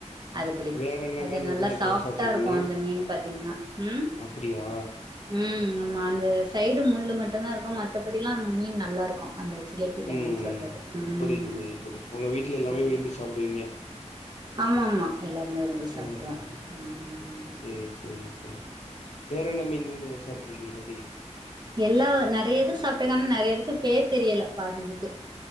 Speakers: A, on the right; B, on the left.
A: அது புடிக்கு
B: வேற என்ன
A: அது
B: மீனு
A: நல்லா
B: தோழி
A: சாஃப்டா
B: ப சாப்ட்ருக்கீங்க
A: இருக்கு அந்த மீன் பாத்தீங்னா ம்
B: அப்டியா
A: ம் ஆமா அந்த சைடு முள்ளு மட்டுந் தா இருக்கு மத்தபடில்லா மீன் நல்லா இருக்கு அந்த ஜிலேபி கெண்டன்னு
B: ம்
A: சொல்றது ம்
B: புரியிது புரியிது தோளி உங்க வீட்ல எல்லாமே
A: நல்லாருக்கு
B: விரும்பி சாப்டுவிங்க
A: ஆமா ஆமா எல்லாருமே விரும்பி சாப்புடுவோ
B: ம்
A: ம் ம்
B: சேரி சேரி தோளி வேற என்ன மீன்ளா நீங்க சாப்ட்ருக்கிங்க தோளி
A: எல்லா நெறைய இது சாப்ட்ருக்கே ஆனா நெறைய இதுக்கு பேர் தெரியல பாதி இதுக்கு